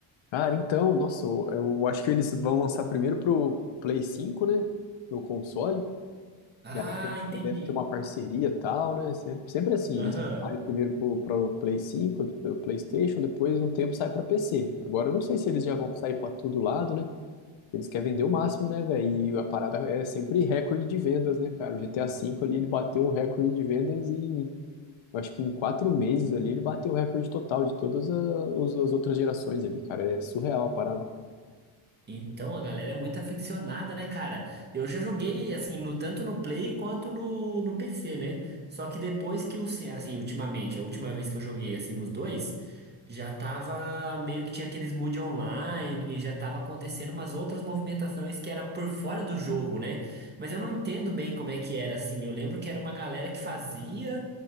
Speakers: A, on the left; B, on the right.
A: Cara, então, nossa, eu, eu acho que eles vão lançar primeiro pro Play 5, né, pro console.
B: Ah,
A: Daí tem-
B: entendi.
A: deve ter uma parceria e tal, né? Sempre, sempre assim,
B: Aham.
A: eles saem primeiro pro, pro Play 5, pro PlayStation, depois um tempo sai pra PC. Agora eu não sei se eles já vão sair pra todo lado, né? Eles querem vender o máximo, né, velho? E a parada é sempre recorde de vendas, né, cara? O GTA V ali, ele bateu o recorde de vendas em, eu acho que em quatro meses ali, ele bateu o recorde total de todas a- os- as outras gerações ali, cara. É surreal a parada.
B: Então, a galera é muito aficionada, né, cara? Eu já joguei, assim, no, tanto no Play quanto no, no PC, né? Só que depois que o, C- assim, ultimamente, a última vez que eu joguei, assim, nos dois, já tava meio que tinha aqueles mood online, e já tava acontecendo umas outras movimentações que era por fora do jogo, né? Mas eu não entendo bem como é que era, assim. Eu lembro que era uma galera que fazia